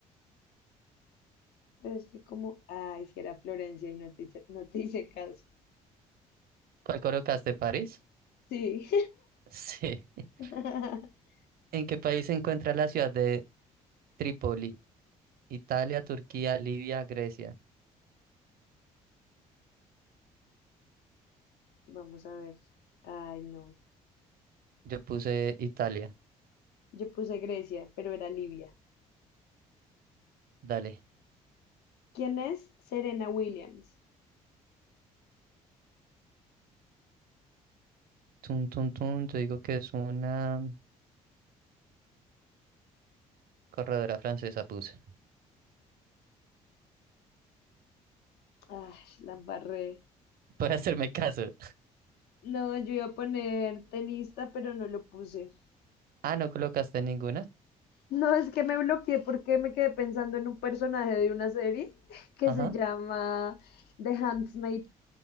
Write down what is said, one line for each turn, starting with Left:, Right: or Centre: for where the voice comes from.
Left: Pero es que como, ay, si era Florencia y no te, hice- no te hice caso.
Right: ¿Cuál colocaste? ¿París?
Left: Sí.
Right: Sí. <laughs>
Left: <laughs>
Right: ¿En qué país se encuentra la ciudad de Trípoli? Italia, Turquía, Libia, Grecia.
Left: Vamos a ver. Ay, no.
Right: Yo puse Italia.
Left: Yo puse Grecia, pero era Libia.
Right: Dale.
Left: ¿Quién es Serena Williams?
Right: Tun, tun, tun. Yo digo que es una corredora francesa, puse. <laughs>
Left: Ay, la embarré.
Right: Por hacerme caso.
Left: No, yo iba a poner tenista, pero no lo puse.
Right: Ah, no colocaste ninguna.
Left: No, es que me bloqueé porque me quedé pensando en un personaje de una serie <laughs> que
Right: Ajá.
Left: se llama The Handmaid,